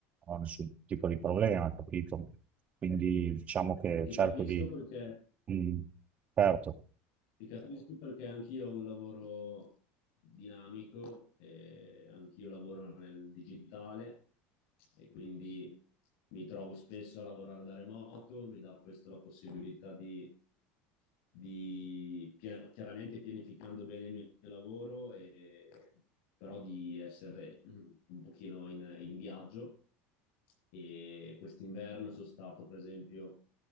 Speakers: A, on the right; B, on the left.
A: non ho nessun tipo di problema, capito? Quindi diciamo che
B: ti
A: cerco
B: capisco
A: di...
B: perché,
A: mm, certo,
B: ti capisco perché anch'io ho un lavoro dinamico, e anch'io lavoro nel digitale e quindi mi trovo spesso a lavorare da remoto, mi dà questo la possibilità di di pia- chiaramente pianificando bene il mio lavoro, e, però di essere mm, un pochino in, in viaggio. E quest'inverno sono stato, per esempio,